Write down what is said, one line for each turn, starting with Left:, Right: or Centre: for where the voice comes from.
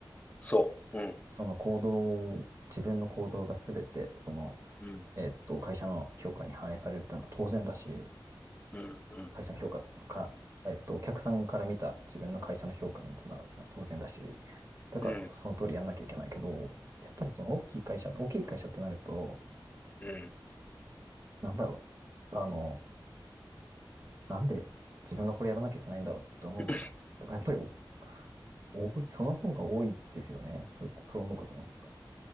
Left: そう。うん。
Right: その行動、自分の行動が全て、その、
Left: うん。
Right: えっと、会社の評価に反映されるっていうのは当然だし、
Left: うん。うん。
Right: 会社の評価ってそのか、えっと、お客さんから見た自分の会社の評価につながるっていうのは当然だし、だからこそその通りやんなきゃいけないけど、
Left: うん。
Right: やっぱりその大きい会社、大きい会社ってなると、
Left: うん
Right: なんだろう。あの、なんで自分がこれやらなきゃいけないんだろうと思うこととか、
Left: <laughs>
Right: やっぱりお多い、その方が多いですよね。そう、そう思うことの方が。